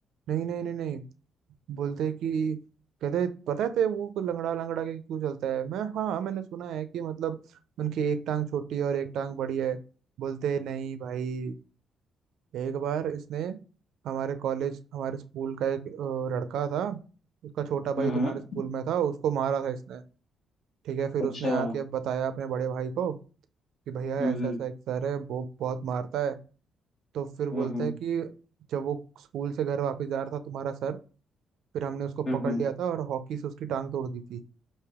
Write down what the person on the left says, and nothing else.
हम्म
अच्छा
हम्म
हम्म
हम्म